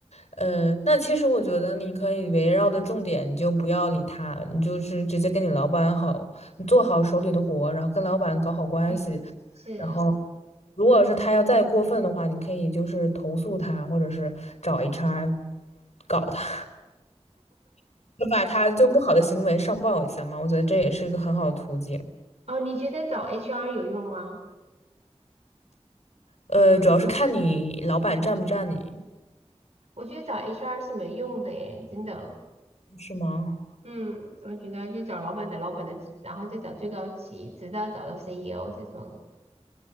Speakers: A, on the left (about 85°); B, on the right (about 70°).
A: 呃，那其实我觉得你可以围绕的重点，你就不要理他，你就是直接跟你老板好，你做好手里的活，然后跟老板搞好关系，
B: 嗯，是，
A: 然后如果是他要再过分的话，你可以就是投诉他，或者是找 HR 搞他，<laughs> 就把他就不好的行为上报一下嘛，我觉得这也是一个很好的途径。
B: 哦，你觉得找 HR 有用吗？
A: 呃，主要是看你老板站不站你，
B: 我觉得找 HR 是没用的耶，真的。
A: 是吗？
B: 嗯，我觉得就找老板的老板的，然后再找最高级，直到找到 CEO 这种，